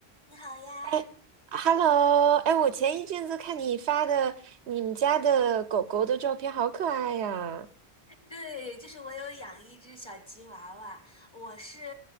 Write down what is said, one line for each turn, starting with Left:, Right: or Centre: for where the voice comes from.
Left: 你好呀，
Right: 哎，Hello，哎，我前一阵子看你发的你们家的狗狗的照片，好可爱呀
Left: 对，就是我有养一只小吉娃娃，我是